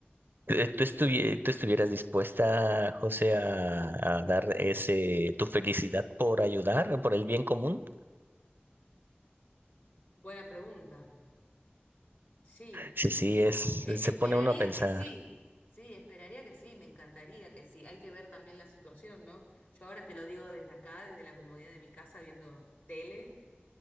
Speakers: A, on the right; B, on the left.
A: eh, tú, estuvi- tú estuvieras dispuesta, José, a, a dar ese tu felicidad por ayudar, por el bien común.
B: Buena pregunta. Sí.
A: Sí, sí,
B: O-
A: es,
B: e-
A: se
B: esperaría
A: pone uno a pensar.
B: que sí. Sí, esperaría que sí, me encantaría que sí. Hay que ver también la situación, ¿no? Yo ahora te lo digo desde acá, desde la comodidad de mi casa, viendo tele.